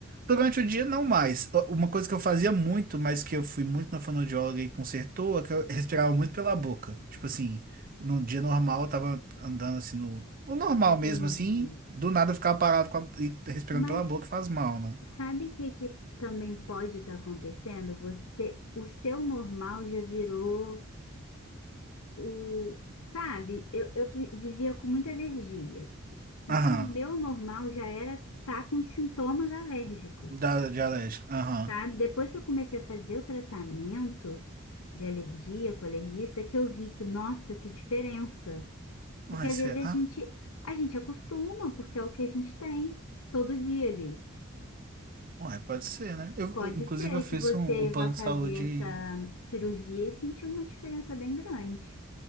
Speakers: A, on the right; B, on the left.
A: Durante o dia, não mais. U- Uma coisa que eu fazia muito, mas que eu fui muito na fonoaudióloga e consertou, é que eu respirava muito pela boca. Tipo assim, num dia normal, eu tava andando assim no, no normal
B: Entendi.
A: mesmo, assim, do nada eu ficava parado com a- e respirando
B: Mas
A: pela boca faz mal, né?
B: Sabe o que, que também pode estar acontecendo? Você, o seu normal já virou o, sabe? Eu, eu vi- vivia com muita alergia. Então,
A: Aham.
B: o meu normal já era tá com os sintomas alérgicos,
A: Da, de alérgico. Aham.
B: sabe? Depois que eu comecei a fazer o tratamento de alergia com alergista, que eu vi que, nossa, que diferença. Porque
A: Uai,
B: às
A: será?
B: vezes a gente, a gente acostuma, porque é o que a gente tem todo dia ali.
A: Uai, pode ser, né? Eu,
B: Pode
A: eu, inclusive,
B: ser
A: eu fiz
B: que você
A: um, o plano
B: vá fazer
A: de saúde.
B: essa cirurgia e sentir uma diferença bem grande.